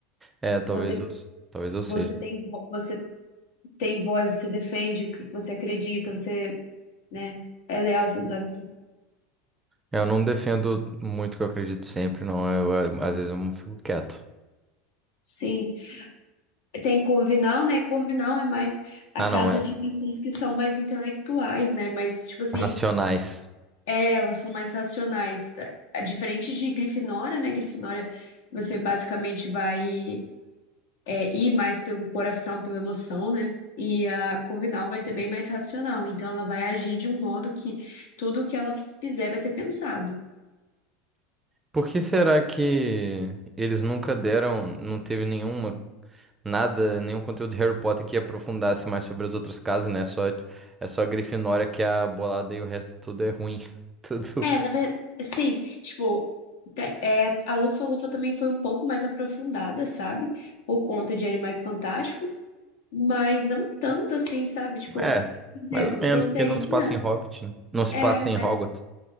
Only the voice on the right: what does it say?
É, talvez
eu, talvez eu seja.
É, Eu não defendo muito o que eu acredito sempre, não. Eu, eu- às vezes eu fico quieto.
Ah,
não, é.
Racionais.
Por que será que eles nunca deram, não teve nenhuma, nada, nenhum conteúdo de Harry Potter que aprofundasse mais sobre as outras casas, né? Só, é só a Grifinória que é a bolada e o resto tudo é ruim. <laughs> Tudo.
É,
mais ou menos,
porque não se passa em Hobbit, né? Não se
passa
em Hogwarts.